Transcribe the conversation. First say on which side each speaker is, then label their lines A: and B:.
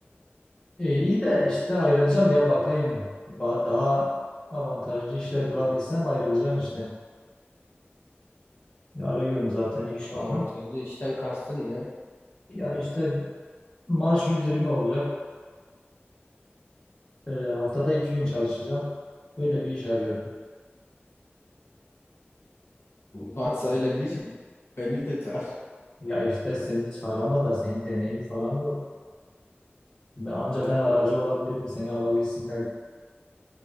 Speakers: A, on the left; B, on the left.
A: e, iyi de işte ayrılacağım ya bakayım. Ba- daha avantajlı işler bulabilsem ayrılacağım işte. Ya arıyorum zaten iş falan.
B: Avantajlı işten kastın ne?
A: Ya işte maaş 120 olacak. E, haftada 2 gün çalışacağım. Böyle bir iş arıyorum.
B: Varsa öyle bir iş beni de çağır.
A: Ya işte seni hiç aramazlar Senin deneyim falan yok. Ben, anca ben aracı olabilirim. Seni alabilirsinler.